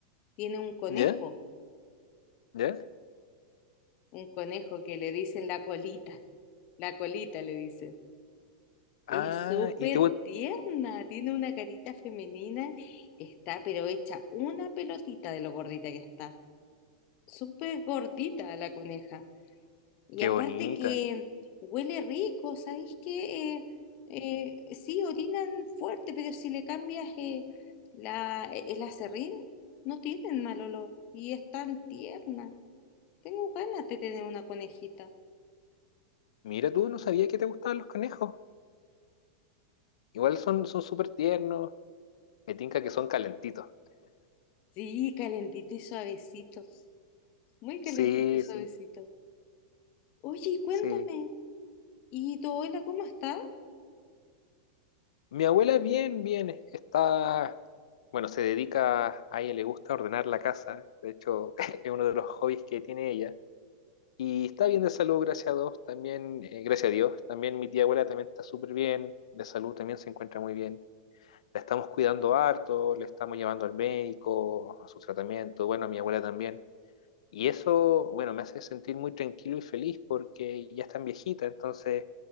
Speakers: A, on the left; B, on the left.
A: tiene un conejo,
B: ¿Ya? ¿Ya?
A: un conejo que le dicen la colita, la colita le dicen.
B: Ah,
A: Es súper
B: y te... gu-
A: tierna, tiene una carita femenina, está pero hecha una pelotita de lo gordita que está. Súper gordita la coneja. Y
B: Qué
A: aparte
B: bonita.
A: que huele rico, ¿sabéis qué? Eh, eh, sí, orinan fuerte, pero si le cambias eh, la, e, el aserrín, no tienen mal olor y es tan tierna. Tengo ganas de tener una conejita.
B: Mira, tú no sabía que te gustaban los conejos. Igual son son súper tiernos. Me tinca que son calentitos.
A: Sí, calentito y suavecitos. Muy calentito
B: Sí,
A: y suavecito.
B: sí,
A: Oye, y cuéntame,
B: sí.
A: ¿y tu abuela cómo está?
B: Mi abuela bien, bien. Está, bueno, se dedica, a ella le gusta ordenar la casa. De hecho, <laughs> es uno de los hobbies que tiene ella. Y está bien de salud, gracias a Dios, también, eh, gracias a Dios. También mi tía abuela también está súper bien, de salud también se encuentra muy bien. la estamos cuidando harto, le estamos llevando al médico, a su tratamiento, bueno, a mi abuela también. Y eso, bueno, me hace sentir muy tranquilo y feliz porque ya están viejitas, entonces